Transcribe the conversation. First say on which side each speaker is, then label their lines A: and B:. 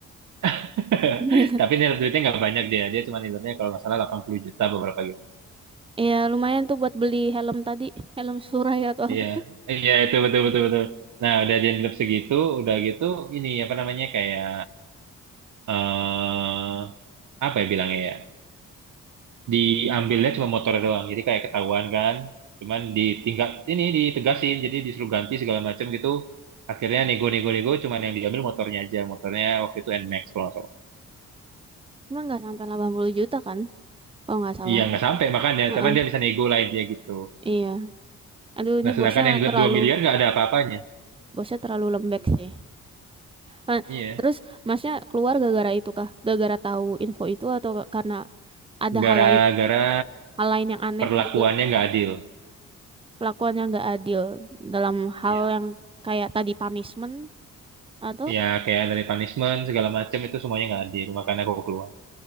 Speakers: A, on the right; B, on the right.
A: <laughs>
B: <laughs> Gila.
A: Tapi nilai duitnya nggak banyak dia, dia cuma nilainya kalau nggak salah 80 juta beberapa gitu.
B: Iya, lumayan tuh buat beli helm tadi, helm Suraya atau
A: Iya,
B: apa.
A: iya itu betul betul betul. Nah udah dianggap segitu, udah gitu ini apa namanya kayak eh apa ya bilangnya ya, diambilnya cuma motor doang, jadi kayak ketahuan kan, cuman ditingkat ini ditegasin, jadi disuruh ganti segala macam gitu. Akhirnya nego-nego-nego, cuman yang diambil motornya aja, motornya waktu itu NMAX kalau nggak salah.
B: Emang nggak sampai 80 juta kan, kalau nggak salah.
A: Iya nggak sampai makanya,
B: Heeh.
A: cuman dia bisa nego lah intinya gitu.
B: Iya. Aduh, ini
A: Nah sedangkan
B: bosnya
A: yang gelap
B: terlalu,
A: 2 miliar nggak ada apa-apanya.
B: bosnya terlalu lembek sih. Nah,
A: Iya,
B: terus masnya keluar gara-gara itu kah? Gara-gara tahu info itu atau karena ada
A: gara-gara
B: hal lain, hal lain yang aneh
A: perlakuannya
B: juga,
A: nggak adil.
B: pelakuan yang nggak adil dalam hal
A: Ya
B: yang kayak tadi punishment atau
A: ya kayak dari punishment segala macam itu semuanya nggak adil makanya aku keluar